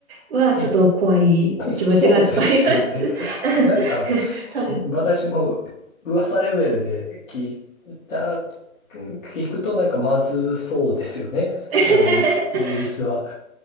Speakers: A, on the right; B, on the left.
A: はちょっと怖い気持ちがちょっとあります。
B: はい。<laughs> そうですね。なんか、
A: <laughs> 多分。
B: 私も噂レベルで聞いた、聞くとなんかまずそうですよね。スペあの、
A: <laughs>
B: イイギリスは。